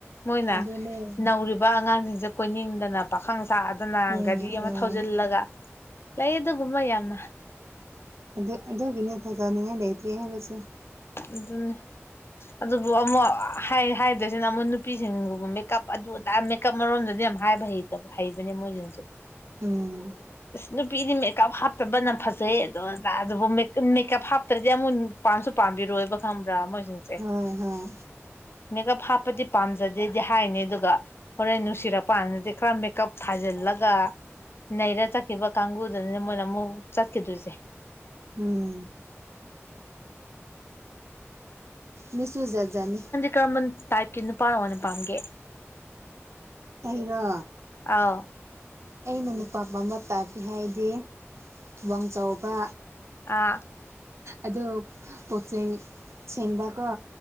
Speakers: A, on the left; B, on the right.
A: ꯃꯣꯏꯅ
B: ꯑꯗꯨꯅꯦ
A: ꯅꯧꯔꯤꯕ ꯕ ꯑꯉꯥꯡꯁꯤꯡꯁꯦ ꯀꯣꯏꯅꯤꯡꯗꯅ ꯄꯥꯈꯪ ꯁꯥꯥꯗꯅ
B: ꯎꯝ
A: ꯒꯥꯔꯤ ꯑꯃ
B: ꯎꯝ
A: ꯊꯧꯖꯤꯜꯂꯒ ꯂꯩ ꯑꯗꯨꯒꯨꯝꯕ ꯌꯥꯝꯅ
B: ꯑꯗꯨ ꯑꯗꯨꯒꯤꯅꯤ ꯐꯖꯥꯅꯤꯡꯉꯥꯏ ꯂꯩꯇ꯭ꯔꯤ ꯍꯥꯏꯕꯁꯦ
A: ꯑꯗꯨꯅꯤ ꯑꯗꯨꯕꯨ ꯑꯃꯨꯛ ꯍꯥꯏꯗꯣꯏꯁꯤꯅ ꯑꯃꯨꯛ ꯅꯨꯄꯤꯁꯤꯡꯒꯨꯝꯕ ꯃꯦꯀꯞ ꯑꯗꯨꯗꯥ ꯀꯞ ꯃꯔꯔꯣꯝꯗꯗꯤ ꯌꯥꯝ ꯍꯥꯏꯕ ꯍꯩꯇꯕ ꯍꯩꯕꯅꯦ ꯃꯣꯏꯁꯤꯅꯁꯨ
B: ꯎꯝ
A: ꯏꯁ ꯅꯨꯄꯤꯗꯤ ꯃꯦꯀꯞ ꯍꯥꯞꯇꯕꯅ ꯐꯖꯩ ꯑꯗꯨꯗꯣꯖꯕꯨ ꯃꯦꯀꯞ ꯍꯥꯞꯇ꯭ꯔꯗꯤ ꯑꯃꯨꯛ ꯄꯥꯟ ꯔꯣꯏꯕ ꯈꯪꯕ꯭ꯔꯥ ꯃꯣꯏꯁꯤꯡꯁꯦ
B: ꯍꯣꯏ ꯍꯣꯏ
A: ꯃꯦꯀꯞ ꯍꯥꯞꯄꯗꯤ ꯄꯥꯝꯖꯗꯦꯗꯤ ꯍꯥꯏꯅꯤ ꯑꯗꯨꯒ ꯍꯣꯔꯦꯟ ꯅꯨꯡꯁꯤꯔꯛꯄꯥꯟꯗꯗꯤ ꯈꯔ ꯃꯦꯀꯞ ꯊꯥꯖꯤꯜꯂꯒ ꯅꯩꯔ ꯆꯠꯈꯤꯕ ꯀꯥꯡꯒꯨꯗꯨꯅꯤꯅ ꯃꯣꯏꯅ ꯑꯃꯨꯛ ꯆꯠꯈꯤꯗꯣꯏꯁꯦ
B: ꯎꯝ ꯃꯤꯁꯨꯨ ꯖꯠ ꯖꯠꯅꯤ
A: ꯀꯃꯟ ꯇꯥꯏꯞꯀꯤ ꯅꯨꯄꯥ ꯑꯣꯏꯅ ꯄꯥꯝꯒꯦ
B: ꯑꯩꯅꯣ
A: ꯑꯧꯎ
B: ꯑꯩꯅ ꯅꯨꯄꯥ ꯄꯥꯝꯕ ꯇꯥꯏꯕ ꯍꯥꯏꯗꯤ ꯋꯥꯡ ꯆꯥꯎꯕ
A: ꯑꯥ
B: ꯑꯗꯣ ꯄꯣꯇꯆꯩ ꯁꯦꯡꯕꯀꯣ